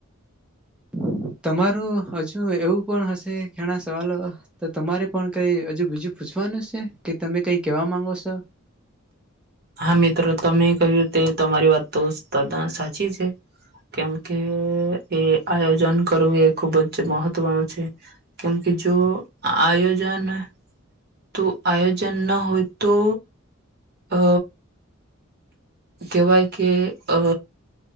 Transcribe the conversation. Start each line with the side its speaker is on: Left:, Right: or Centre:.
Centre: હમ <inaudible> તમારું હજુ એવું પણ હશે ઘણા સવાલો તો તમારે પણ કઈ હજુ બીજું પૂછવાનું છે કે તમે કઈ કેવા માંગો છો?
Right: હા મિત્રો તમે કહ્યું તે તમારી વાત તો તદા સાચી છે, કેમકે એ આયોજન કરવું એ ખુબ જ મહત્વનું છે, કેમકે જો આયોજન તો આયોજન ન હોય તો, અ કેવાય કે અ